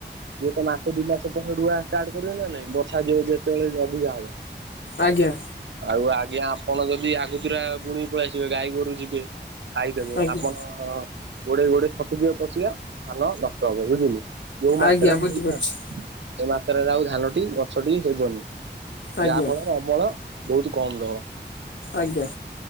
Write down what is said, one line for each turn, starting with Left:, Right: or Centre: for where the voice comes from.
Right: ସିଏ ତ ମାସ ଦି ମାସ ପରେ ରୁଆ ଷ୍ଟାର୍ଟ କରିବେ ନା ନାଇଁ ବର୍ଷା ଯେତେବେଳେ ଅଧିକା ହବ।
Left: ଆଜ୍ଞା।
Right: ଆଉ ଆଜ୍ଞା ଆପଣ ଯଦି ଆଗତୁରା ବୁଣିକି ପଳେଇ ଆସିବେ ଗାଈ ଗୋରୁ ଯିବେ। ଖାଇଦେବେ
Left: ଆଜ୍ଞା
Right: ଆପଣ ଗୋଡେଇ ଗୋଡେଇ ଥକି ଯିବେ ପଛିକା ଧାନ ନଷ୍ଟ ହବ ବୁଝିଲେ? ଯଉ ମାତ୍ରାରେ
Left: ଆଜ୍ଞା ବୁଝିପାରୁଛି
Right: ହେଇଥାନ୍ତା ସେ ମାତ୍ରାରେ ଆଉ ଧାନଟି ଗଛଟି ହେବନି
Left: ଆଜ୍ଞା
Right: ଯାହା ଫଳରେ ଅମଳ ବହୁତ କମ ଦବ।
Left: ଆଜ୍ଞା।